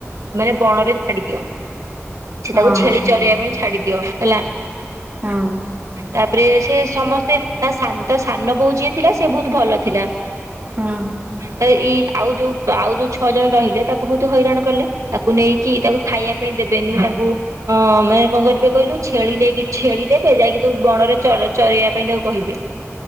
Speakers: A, on the right; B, on the right.
A: ମାନେ ବଣ ରେ ଛାଡି ଦିଅ ସେ
B: ହଁ
A: ତାକୁ ଛେଳି
B: ହଁ
A: ଚରେଇବା ପାଇଁ ଛାଡି ଦିଅ ହେଲା।
B: ହଁ।
A: ତାପରେ ସେ ସମସ୍ତେ ତା ସାନ ତା ସାନବୋଉ ଯିଏ ଥିଲା ସେ ବହୁତ ଭଲ ଥିଲା।
B: ହୁଁ।
A: ତ ଏଇ ଆଉ ଯୋଉ ଆଉ ଯୋଉ ଛଅ ଜଣ ରହିଲେ ତାକୁ ବହୁତ ହଇରାଣ କଲେ ତାକୁ କୁ ନେଇକି ତାକୁ ଖାଇବା ପାଇଁ ଦେବେନି ତାକୁ ହଁ ମାନେ କଣ କରିବେ କହିଲୁ ଛେଳି ନେଇକି ଛେଳି ଦେବେ ଯାଇକି ତୁ ବଣରେ ଚରା ଚରେଇବା ପାଇଁ ତାକୁ କହିବେ।